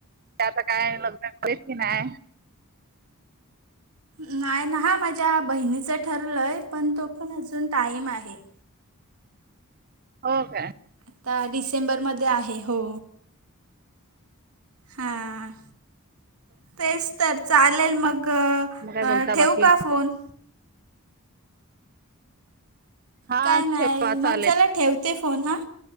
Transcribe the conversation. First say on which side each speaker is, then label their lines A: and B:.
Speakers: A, on the right; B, on the right.
A: आता काय लग्न केलं की नाय?
B: नाय ना. हा, माझ्या बहिणीचं ठरलंय, पण तो पण अजून टाईम आहे.
A: हो काय?
B: आता डिसेंबरमध्ये आहे... हो... हां. तेच तर... चालेल मग...
A: मग काय बोलता
B: ठेवू
A: बाकी
B: का फोन?
A: हा
B: काय नाही
A: ठेवा
B: मग
A: चालेल
B: चला ठेवते फोन हा